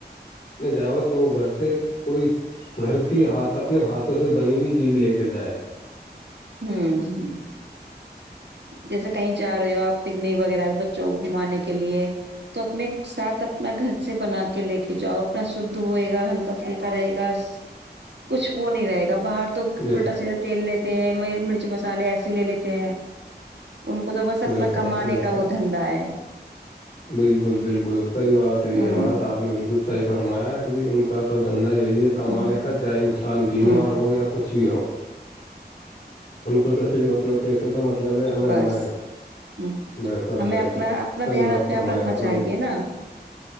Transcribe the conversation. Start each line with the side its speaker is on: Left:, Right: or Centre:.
Left: میں جاؤ تو گھر کوئی گھر کیھ اپنے ہاتھوں سے بنی ہوئی چیز لے کے جائے
Right: ہوں جی جیسے کہیں جا رہے ہو آپ پکنک وغیرہ بچوں کو گھمانے کے لیے تو اپنے ساتھ اپنا گھر سے بنا کے لے کے جاؤ اپنا شھ ہوئے گا ہلکا پھلکا رہے گا کچھ وہ نہیں رہے گا باہر تو
Left: بے
Right: الٹا سیدھا تیل لیتے ہیں مرچ مسالے ایے ہی لے لیتے ہیں ان کو تو بس اپنا
Left: بے شک
Right: کمانے
Left: بے
Right: کا
Left: شک
Right: وہ دھندا ہے
Left: بالکل بالکل صحی بات ہے یہ
Right: ہوں
Left: بات آپ نے بالکل صحیح فرمایا جی ان کا تو دن یہی ہے کمانے
Right: ہ
Left: کا چاہے انسان بیمار
Right: ہ
Left: ہو یا کچھ بھی ہو ان کو تو صرف اپنے پیشے سے مطلب ہے ہمیں
Right: بس
Left: ہمارے
Right: ہ
Left: بے شک
Right: ہمیں
Left: بے
Right: اپنا
Left: شک
Right: اپنا
Left: صحیح
Right: دھیان
Left: بات
Right: اپنے
Left: فرمایا
Right: رکھنا
Left: آپ
Right: چاہیے
Left: نے
Right: نا